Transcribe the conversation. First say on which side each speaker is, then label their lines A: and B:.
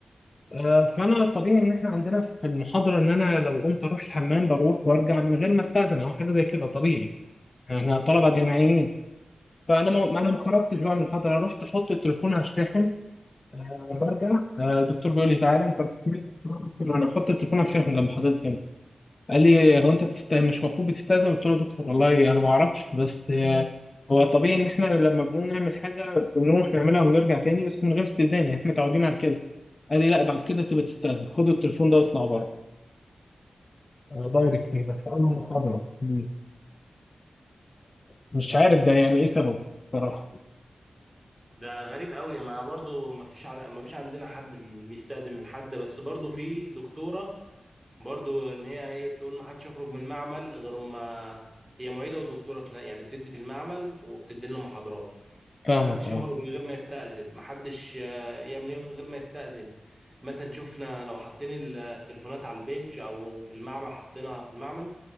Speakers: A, on the left; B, on the right.
A: آه، فانا طبيعي ان احنا عندنا في المحاضره ان انا لو قمت اروح الحمام بروح وارجع من غير ما استاذن او حاجه زي كده طبيعي يعني احنا طلبه جامعيين فانا ما ما انا ما خرجتش بقى من المحاضره رحت احط التليفون هشتحن آه، برجع آه، الدكتور بيقول لي تعالى انت رحت فين؟ قلت له انا بحط التليفون هشتحن جنب حضرتك هنا قال لي هو انت بتست... مش المفروض بتستاذن قلت له يا دكتور والله انا ما اعرفش بس آه، هو طبيعي ان احنا لما بنقوم نعمل حاجه بنروح نعملها ونرجع تاني بس من غير استئذان يعني احنا متعودين على كده قال لي لا بعد كده تبقى تستاذن خد التليفون ده واطلع بره آه، دايركت كده في أول محاضرة مم. مش عارف ده يعني إيه سببه بصراحة
B: ده غريب قوي ما برضو ما فيش ع... ما فيش عندنا حد اللي بيستأذن من حد بس برضو في دكتورة برضو ان هي ايه تقول ما حدش يخرج من المعمل غير ما هي معيده ودكتوره في نا- يعني بتدي في المعمل وبتدي لنا محاضرات
A: فاهمك
B: ما حدش
A: أه
B: يخرج من غير ما يستأذن ما حدش آه، يعمل ايه من غير ما يستأذن مثلا شفنا لو حاطين التليفونات على البنج او في المعمل حاطينها في المعمل